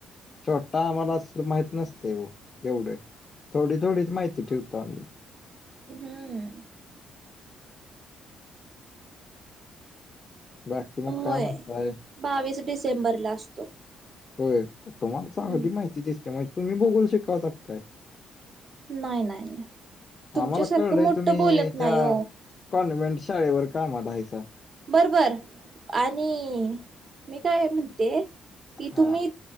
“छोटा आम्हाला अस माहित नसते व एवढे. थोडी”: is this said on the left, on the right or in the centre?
Left